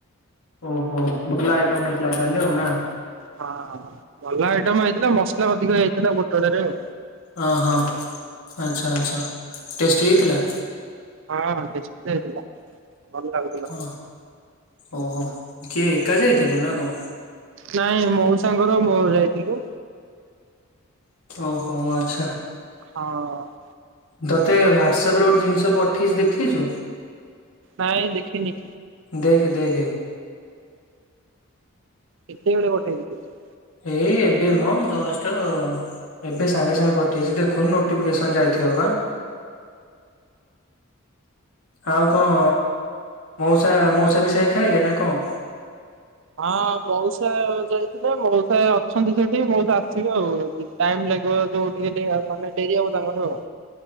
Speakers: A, on the left (about 80°); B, on the right (about 60°).
A: ଓହୋ ଭଲ ଆଇଟମ ହେଇଥିଲା ତାହାଲେ ନା
B: ହଁ ଭଲ ଆଇଟମ ହେଇଥିଲା ମସଲା ଅଧିକ ହେଇଥିଲା ପୋଟଳ ରେ ଆଉ।
A: ଅ ହଁ ଆଚ୍ଛା ଆଚ୍ଛା ଟେଷ୍ଟି ହେଇଥିଲା?
B: ହଁ ଟେଷ୍ଟି ତ ହେଇଥିଲା, ଭଲ ଲାଗୁଥିଲା।
A: ହଁ ଓହୋ କିଏ ଏକା ଯାଇଥିଲୁ ନା କଣ?
B: ନାଇଁ ମଉସାଙ୍କର ମୋର ଯାଇଥିଲୁ।
A: ଓହୋ ଆଚ୍ଛା
B: ହଁ
A: ତତେ ହ୍ୱାଟସପ ରେ ଗୋଟେ ଜିନିଷ ପଠେଇଛି ଦେଖିଛୁ?
B: ନାଇଁ ଦେଖିନି।
A: ଦେଖ ଦେଖେ
B: କେତେବେଳେ ପଠେଇଥିଲୁ ତୁ?
A: ଏଇ ଏବେ ମ ଜଷ୍ଟ ଏବେ ସାଙ୍ଗେ ସାଙ୍ଗେ ପଠେଇଛି ଦେଖୁନୁ ନୋଟିଫିକେସନ ଯାଇଥିବ ବା ଆଉ କଣ ମଉସା ମଉସା ବି ସେ ଖାଇଲେ ନା କଣ?
B: ହଁ ମଉସା ଯାଇଥିଲେ ମଉସା ଅଛନ୍ତି ସେଠି ମଉସା ଆସିବେ ଆଉ ଟାଇମ ଲାଗିବ ଯୋଉ ଟିକେ ଟି ମାନେ ଡେରି ହବ ତାଙ୍କର ଆଉ